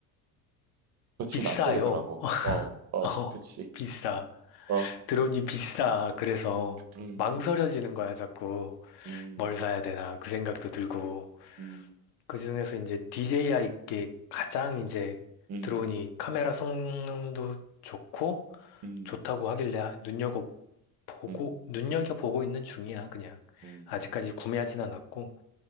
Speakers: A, on the right; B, on the left.
A: 그렇진
B: 비싸요.
A: 않게 되더라고. 어, 어,
B: 어,
A: 그치,
B: 비싸.
A: 어,
B: 드론이 비싸. 그래서
A: 음, 음,
B: 망설여지는 거야, 자꾸.
A: 음,
B: 뭘 사야 되나, 그 생각도 들고.
A: 음,
B: 그중에서 이제 DJI께 가장 이제
A: 음,
B: 드론이 카메라 성능도 좋고,
A: 음,
B: 좋다고 하길래 눈여겨보고,
A: 음,
B: 눈여겨보고 있는 중이야, 그냥.
A: 음,
B: 아직까지 구매하진 않았고.